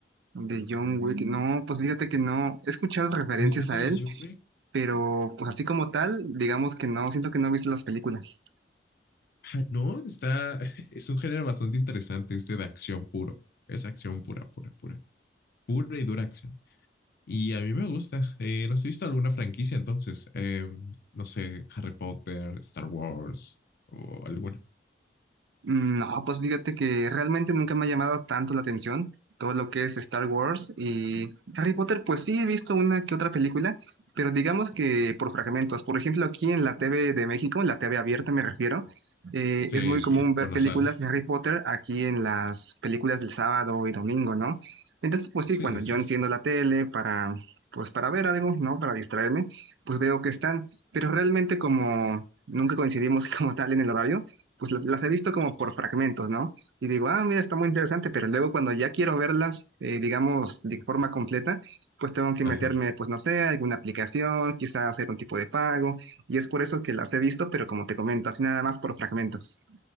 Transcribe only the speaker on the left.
¿No has visto
las
de John Wick?
Ah, no, está, <laughs> es un género bastante interesante, este de acción puro. Es acción pura, pura, pura. Pura y dura acción. Y a mí me gusta. Eh, no sé, ¿has visto alguna franquicia entonces? Eh, no sé, Harry Potter, Star Wars o alguna.
Sí,
sí,
bueno,
sale.
Sí,
sí,
sí.
Ajá.